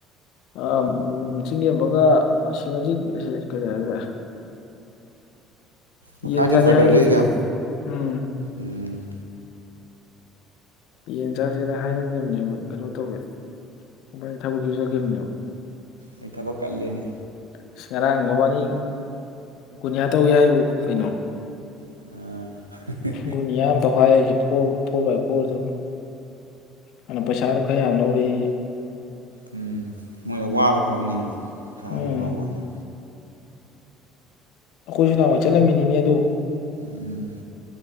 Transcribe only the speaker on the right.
ꯃꯈꯥꯒꯤ
ꯕ꯭ꯔꯗꯔꯈꯩꯒ
ꯎꯝ
ꯅꯣꯏ ꯊꯕꯛ ꯀꯜꯂꯦꯅꯦ
<unintelligible>
ꯎꯝ ꯃꯣꯏꯗꯨ ꯋꯥꯕ ꯊꯕꯛꯅꯤꯅ ꯀꯥꯟ
ꯂꯩꯕ ꯍꯥꯏꯇꯔꯦ
ꯎꯝ